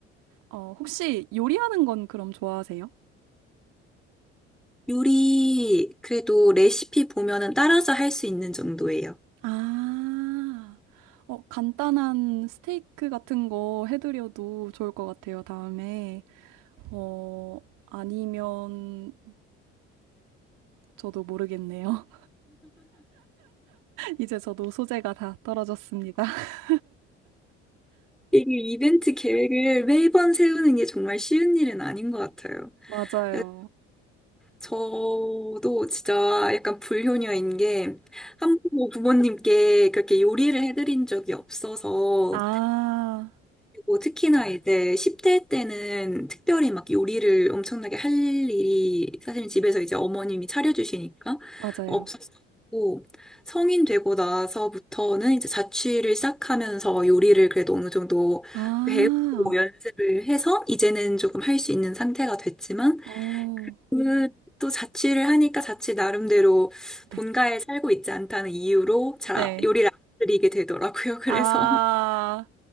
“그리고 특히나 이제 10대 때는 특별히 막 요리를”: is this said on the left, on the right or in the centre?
Centre